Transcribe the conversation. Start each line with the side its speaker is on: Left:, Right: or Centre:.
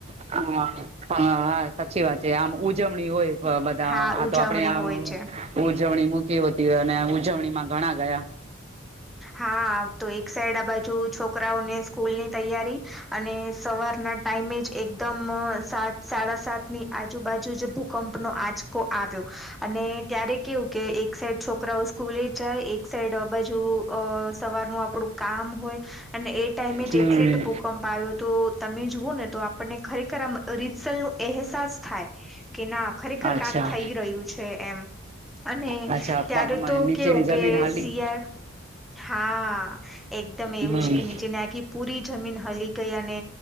Right: હા હા હા સાચી વાત છે આમ ઉજવણી હોય બધા
Centre: હા
Right: આ
Centre: ઉજવણી
Right: તો આપણેે આમ
Centre: હોય છે
Right: ઉજવણી મૂકી હોતી હોય અને ઉજવણીમાં ઘણા ગયા.
Centre: હા તો એક સાઈડ આ બાજુ છોકરાઓને સ્કૂલ ની તૈયારી અને સવારના ટાઈમે જ એકદમ સાત સાડા સાત ની આજુબાજુ ભૂકંપનો આચકો આવ્યો અને ત્યારે કેવું કે એક સાઈડ છોકરાઓ સ્કૂલે જ જાય એક સાઈડ આ બાજુ અ સવારનું આપડું કામ હોય અને એ ટાઈમે
Right: હમ
Centre: જ એક્ઝિટ બુક ભૂકંપ આવ્યો તો તમે જુવઓ ને તો આપણને ખરેખર આ રીચલ નો અહેસાસ થાય. કે ના ખરેખર
Right: અચ્છા
Centre: ક્યાંક થઈ રહ્યું છે એમ અને
Right: અચ્છા
Centre: ત્યારે
Right: પગમાં
Centre: તો
Right: નીચેની
Centre: કેવું
Right: જમીન
Centre: કે
Right: હાલી
Centre: શિયાળ હા એકદમ એવું
Right: હમ
Centre: જ કે નીચેને આખી પૂરી જમીન હલી ગઈ અને